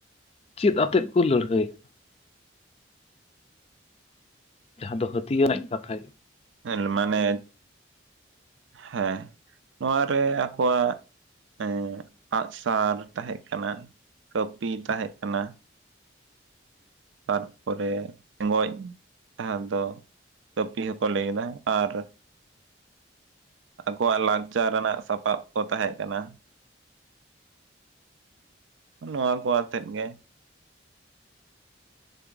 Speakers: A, on the left (about 30°); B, on the right (about 80°).
A: ᱪᱮᱫ ᱟᱛᱮᱫ ᱠᱚ ᱞᱟᱹᱲᱦᱟᱹᱭᱟ? ᱡᱟᱦᱟᱸ ᱫᱚ ᱦᱟᱹᱛᱭᱟᱹᱨ ᱨᱮᱱᱟᱜ ᱤᱧ ᱠᱟᱛᱷᱟᱭᱟ
B: <inaudible> ᱢᱟᱱᱮ ᱦᱮᱸ ᱱᱚᱣᱟᱨᱮ ᱟᱠᱚᱣᱟᱜ ᱮᱸ ᱟᱸᱜᱥᱟᱨ ᱛᱟᱦᱮᱸ ᱠᱟᱱᱟ ᱠᱟᱹᱯᱤ ᱛᱟᱦᱮᱸ ᱠᱟᱱᱟ ᱾ ᱛᱟᱨᱯᱚᱨᱮ ᱴᱸᱮᱜᱚᱡ ᱡᱟᱦᱟᱸ ᱫᱚ ᱠᱟᱹᱯᱤ ᱦᱚᱸᱠᱚ ᱞᱟᱹᱭᱫᱟ ᱾ ᱟᱨ ᱟᱠᱚᱣᱟᱜ ᱞᱟᱠᱪᱟᱨ ᱨᱮᱱᱟᱜ ᱥᱟᱯᱟᱯ ᱠᱚ ᱛᱟᱦᱮᱸ ᱠᱟᱱᱟ᱾ ᱱᱚᱣᱟ ᱠᱚ ᱣᱟᱛᱮᱫ ᱜᱮ